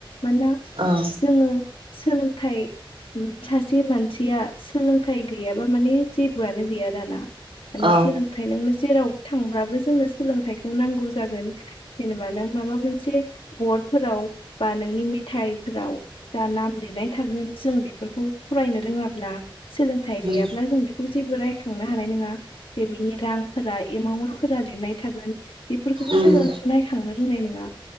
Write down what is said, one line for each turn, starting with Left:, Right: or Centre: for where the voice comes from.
Left: मानोना
Right: औ
Left: जोङो सोलोंथाइ ओम सासे मानसिया सोलोंथाइ गैयाबा माने जेबोआनो गैया दाना। माने
Right: औ
Left: सोलोंथाइ नोंनो जेराव थांब्लाबो जोंनो सोलोंथाइखौ नांगौ जागोन। जेनेबा नों माबा मोनसे बर्डफोराव बा नोंनि मेथाइफोराव जा नाम लिरनाय थागोन जों बेफोरखौ फरायनो रोङाब्ला सोलोंथाइ गैयाब्ला
Right: उम
Left: जों बेखौ जेबो रायखांनो हानाय नङा। बेबायनि रांफोरा एमाउन्टफोरा लिरनाय थागोन बेफोरखौबो
Right: उम
Left: जोङो नायखांनो रोंनाय नङा।